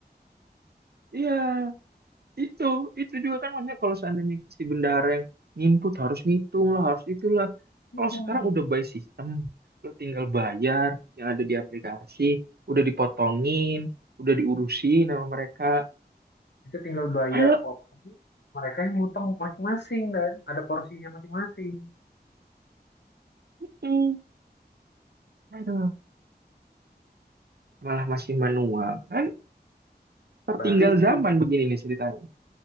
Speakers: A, on the right (about 70°); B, on the left (about 80°).
A: Iya, itu itu juga kan maksudnya kalau seandainya si bendahara yang nginput harus ngitung lah, harus itulah.
B: Hmm.
A: Kalau sekarang udah by system, lo tinggal bayar yang ada di aplikasi, udah dipotongin, udah diurusin sama mereka.
B: Kita tinggal bayar
A: Padahal,
B: pokoknya mereka yang ngutang masing-masing kan, ada porsinya masing-masing.
A: hmm, aduh, malah masih manual. Kan tertinggal
B: Berarti seru.
A: zaman begini nih ceritanya.